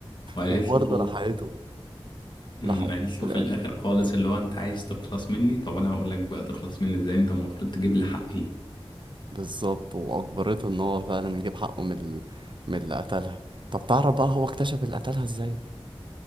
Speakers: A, on the left; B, on the right.
A: وقالت
B: وبرضه
A: له
B: لحقته
A: أمم،
B: لحقته
A: قالت
B: في
A: له
B: الآخر
A: في الاخر خالص اللي هو انت عايز تخلص مني طب انا هقول لك بقى تخلص مني ازاي انت المفروض تجيب لي حقي
B: بالظبط وأجبرته إن هو فعلا يجيب حقه من ال... من اللي قتلها طب تعرف بقى هو اكتشف اللي قتلها إزاي؟